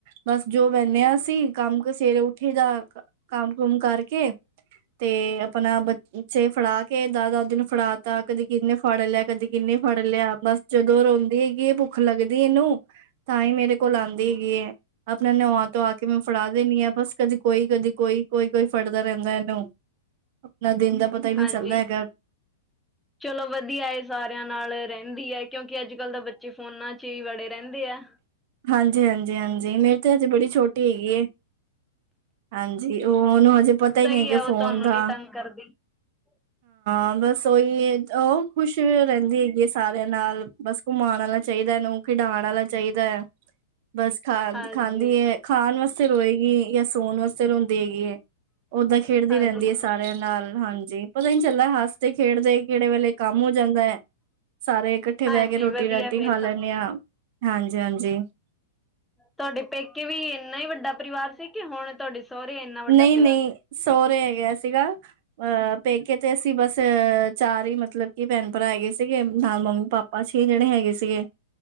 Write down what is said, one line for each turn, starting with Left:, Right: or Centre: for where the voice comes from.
Right: ਬਸ ਜੋ ਵੈਂਨੇ ਅਸੀ ਕੰਮ ਕ ਸਵੇਰੇ ਉੱਠੀ ਦਾ ਕੰਮ ਕੁਮ ਕਰਕੇ ਤੇ ਆਪਨਾ ਬੱਚੇ ਫੜਾ ਕੇ ਦਾਦਾ ਦਾਦੀ ਨੂੰ ਫੜਾ ਤਾ ਕਦੀ ਕਿੰਨੇ ਫੜ ਲਿਆ ਕਦੀ ਕਿੰਨੇ ਫੜ ਲਯਾ, ਬਸ ਜਦੋਂ ਰੋਂਦੀ ਹੈਗੀ ਏ ਭੁੱਖ ਲੱਗਦੀ ਏਨੂੰ ਤਾਂ ਈ ਮੇਰੇ ਕੋਲ
Centre: ਹਾਂਜੀ।
Right: ਆਂਦੀ ਹੈਗੀ ਏ। ਆਪਨਾ ਨਵਾਂ ਤਵਾ ਕੇ ਮੈਂ ਫੜਾ ਦੇਨੀ ਆ ਬਸ ਕਦੇ ਕੋਈ, ਕਦੀ ਕੋਈ, ਕੋਈ-ਕੋਈ ਫੜਦਾ ਰੇਂਦਾ ਏਨੂੰ ਆਪਨਾ ਦਿਨ ਦਾ ਪਤਾ
Centre: ਹਾਂਜੀ
Right: ਹੈਗਾ
Centre: ਚਲੋ ਵਦੀਆ ਏ ਸਾਰੇਆਂ ਨਾਲ ਰੇਂਦੀ ਏ, ਕਿਉਂਕਿ ਅੱਜ ਕੱਲ੍ਹ ਤਾਂ ਬੱਚੇ ਫੋਨਾਂ ਚ ਹੀ ਵੜੇ ਰੇਂਦੇ ਆ।
Right: ਹਾਂਜੀ, ਹਾਂਜੀ, ਹਾਂਜੀ ਮੇਰੀ ਤੇ ਅੱਜੇ ਬੜੀ ਛੋਟੀ ਹੈਗੀ ਏ ਹਾਂਜੀ ਉਹਨੂੰ ਹਜੇ ਪਤਾ
Centre: ਸਹੀ
Right: ਹੀ ਨਹੀਂ ਹੈਗੇ
Centre: ਹੈ ਉਹ
Right: ਫੋਨ
Centre: ਤੁਹਾਨੂੰ
Right: ਦਾ
Centre: ਨੀ ਤੰਗ ਕਰਦੀ, <inaudible>
Right: ਹਾਂ ਬਸ ਉਓਹੀ ਉਹ ਖੁਸ਼ ਰਹਿੰਦੀ ਹੈਗੀ ਹੈ ਸਾਰਿਆਂ ਨਾਲ ਬਸ ਘੁੰਮਣਉਣਾ ਚਾਹੀਦਾ ਇਹਨੂੰ ਖਿਡਾਾਨ ਵਾਲਾ ਚਾਹੀਦਾ ਹੈ ਬਸ ਖਾ
Centre: ਹਾਂਜੀ।
Right: ਖਾਂਦੀ ਖਾਣ ਵਾਸਤੇ ਰੋਏਗੀ ਜਾਂ ਸੋਣ ਵਾਸਤੇ ਰੋਂਦੀ ਹੈਗੀ ਹੈ ਦਾਂ ਖੇਡਦੀ
Centre: ਹਾਂਜੀ
Right: ਰਹਿੰਦੀ ਹੈ ਸਾਰਿਆਂ ਨਾਲ ਹਾਂਜੀ ਪਤਾ ਨੀ ਚੱਲਦਾ ਹੱਸਦੇ ਖੇਡਦੇ ਕਿਹੜੇ ਵੇਲੇ ਕੰਮ ਹੋ ਜਾਂਦਾ ਹੈ ਸਾਰੇ ਇਕ ਉੱਥੇ
Centre: ਹਾਂਜੀ
Right: ਬਹਿ ਕੇ ਰੋਟੀ
Centre: ਵਧੀਆ
Right: ਰਾਟੀ
Centre: ਫੇਰ
Right: ਖਾ ਲੈਂਦੇ
Centre: ਤਾਂ
Right: ਹਾਂ ਹਾਂਜੀ ਹਾਂਜੀ
Centre: ਤੁਹਾਡੇ ਪੇਕੇ ਵੀ ਇੰਨਾ ਹੀ ਵੱਡਾ ਪਰਿਵਾਰ ਸੀ, ਕਿ ਹੁਣ ਤੁਹਾਡੇ। ਸਹੁਰੇ ਇੰਨਾ ਵੱਡਾ
Right: ਨਹੀਂ-
Centre: ਪਰਿਵਾਰ
Right: ਨਹੀਂ, ਸਹੁਰੇ ਹੈਗੇ ਸੀਗਾ। ਅਹ ਪੇਕੇ ਤੇ ਅਸੀਂ ਬਸ ਚਾਰ ਹੀ, ਮਤਲਬ ਕਿ ਭੈਣ- ਭਰਾ ਹੈਗੇ ਸੀਗੇ। ਨਾਲ ਮੰਮੀ- ਪਾਪਾ। ਬਸ ਛੇ ਜਣੇ ਹੈਗੇ ਸੀਗੇ।